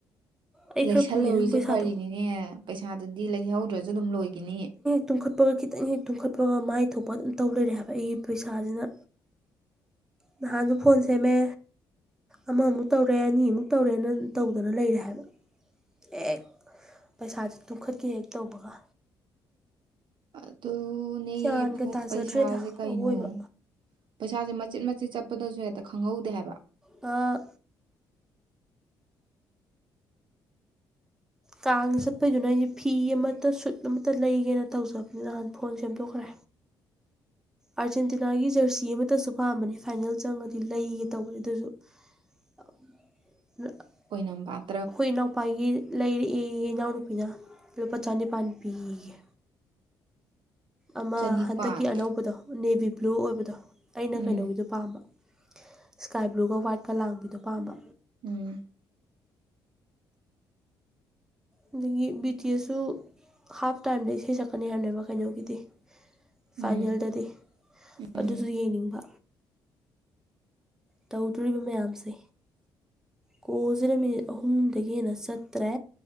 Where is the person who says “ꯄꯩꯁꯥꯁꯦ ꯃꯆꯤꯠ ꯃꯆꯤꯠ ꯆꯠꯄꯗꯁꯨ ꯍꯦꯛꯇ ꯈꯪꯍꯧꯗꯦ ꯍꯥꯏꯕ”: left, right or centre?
Right